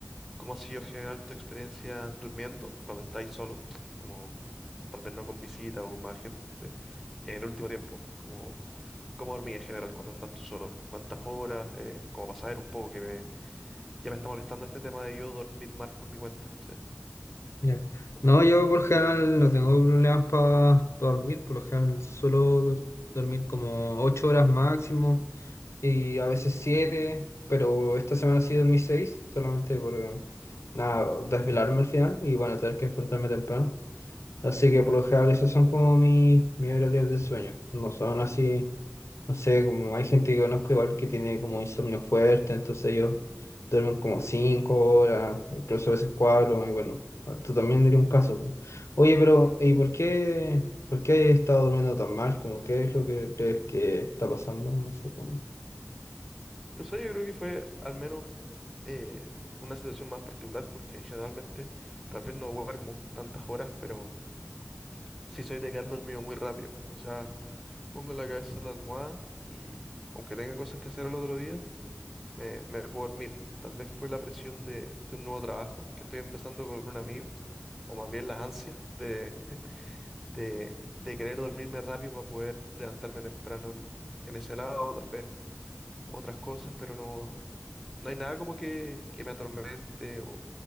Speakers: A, in the centre; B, on the left.
A: cómo ha sido en general tu experiencia durmiendo cuando estáis solo, como tal vez no con visita o con más gente, en el último tiempo, como cómo dormí en general cuando estás tú solo, cuántas horas, eh, cómo pasar un poco que me Ya me está molestando este tema de yo dormir mal por mi cuenta. O sea,
B: Ya. No, yo por lo general no tengo problemas para dormir, por lo general suelo dor- dormir como 8 horas máximo y a veces siete pero esta semana sí dormí 6 solamente por eh, nada, desvelarme al final y bueno, tener que despertarme temprano. Así que por lo general esos son como mis, mis horarios de sueño. No son así, no sé, como hay gente que conozco igual que tiene como insomnio fuerte, entonces ellos duermen como cinco horas, incluso a veces cuatro, y bueno, tú también diría un caso. po. Oye, pero ¿y por qué, por qué he estado durmiendo tan mal? Como, ¿qué es lo que crees que está pasando? No sé cómo.
A: yo sé, yo creo que fue al menos eh, una situación más particular porque generalmente tal vez no duermo tantas horas, pero sí soy de quedarme dormido muy rápido. O sea, pongo la cabeza en la almohada y aunque tenga cosas que hacer al otro día, me, me puedo dormir. Tal vez fue la presión de, de un nuevo trabajo que estoy empezando con un amigo, o más bien las ansias de, de, de querer dormirme rápido para poder levantarme temprano en, en ese lado, tal vez. otras cosas, pero no, no hay nada como que, que me atormente o,